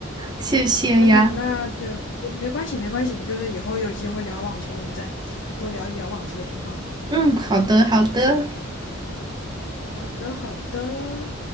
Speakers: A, on the right; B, on the left.
A: 谢谢呀。
B: 好，那你那就没关系，没关系，就是以后有机会聊网球，我们再多聊一聊网球也挺好的。
A: 嗯，好的好的。
B: 好的，好的，